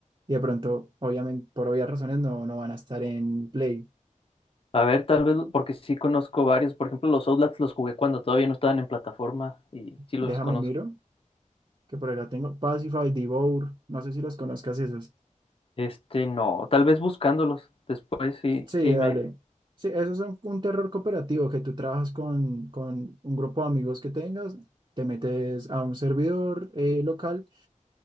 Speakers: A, on the right; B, on the left.
A: y de pronto, obviamente, por obvias razones, no, no van a estar en Play.
B: a ver, tal vez, porque sí conozco varios, por ejemplo, los Outlast los jugué cuando todavía no estaban en plataforma y sí los
A: Déjame
B: conozco.
A: miro. que por acá tengo, Pacify, Devour, no sé si los conozcas esos.
B: Este, no, tal vez buscándolos. Después sí,
A: Sí,
B: sí
A: dale.
B: me.
A: Sí, esos son un terror cooperativo que tú trabajas con, con un grupo de amigos que tengas, te metes a un servidor eh, local,